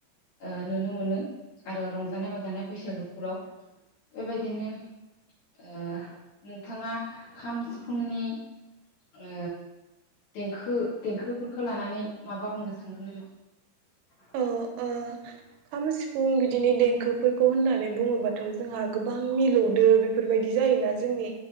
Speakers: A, on the left (about 60°); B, on the right (about 75°).
A: ओ नुनो मोनो। आरो रंजानाय बाजानाय बैसागोफोराव। बेबायदिनो ओ नोंथाङा खाम सिफुंनि। ओ देंखो देंखोफोरखौ लानानै माबा बुंनो सानगोन नामा।
B: औ औ खाम सिफुं बिदिनि देंखोफोर। खौ होननानै बुङोबाथ जोंहा गोबां। गोबां मिलौदो बेफोरबायदि जायोना जोंनि